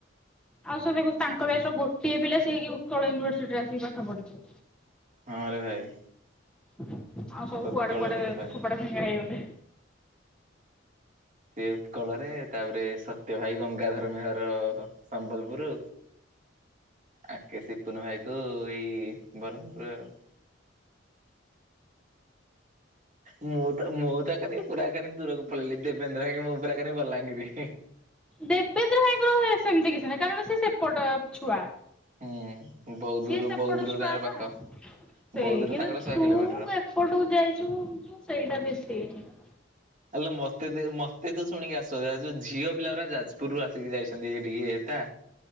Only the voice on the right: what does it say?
ହଁରେ ଭାଇ।
ଉତ୍କଳରେ
ସେ ପାଇଲା
ସେ ଉତ୍କଳରେ ତାପରେ ସତ୍ୟ ଭାଇ ଗଙ୍ଗାଧର ମେହର ସମ୍ବଲପୁର। ଆ କେ ସିପୁନ ଭାଇ କୁ ଏଇ ବରମପୁର ଆଉ। ମୁଁ ତ ମୁଁ ତ କାନି ପୁରା କାନି ଦୂରକୁ ପଳେଇଲି ଦେବେନ୍ଦ୍ର ଭାଇ ମୁଁ ପୁରା କରେ ବଲାଙ୍ଗିରି।
ହୁଁ ବହୁତ
ଦୂର
ବହୁତ ଦୂର
ତାଙ୍କର
ପାଖ
ବହୁତ ଦୂର
ତାଙ୍କର ଶହେ
କିଲୋମିଟର।
ଆଲୋ ମତେ ଦେ ମତେ ତୁ ଶୁଣିକି ଆଶ୍ଚଯ୍ୟ ଆ ଯୋଉ ଝିଅ ପିଲା ଗୁରା ଯାଜପୁରରୁ ଆସିକି ଯାଇଛନ୍ତି ହେଇଟିକି ହେଟା।